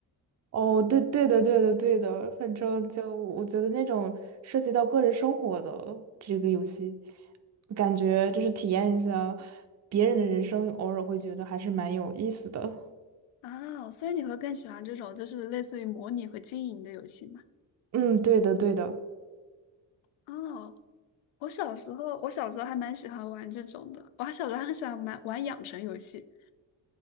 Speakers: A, on the right; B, on the left.
A: 哦，对对的，对的，对的，反正就我觉得那种涉及到个人生活的这个游戏，感觉就是体验一下别人的人生，偶尔会觉得还是蛮有意思的。
B: <laughs> 啊，所以你会更喜欢这种就是类似于模拟和经营的游戏吗？
A: 嗯，对的，对的。
B: 哦，我小时候，我小时候还蛮喜欢玩这种的。我还小时候还很喜欢玩玩养成游戏。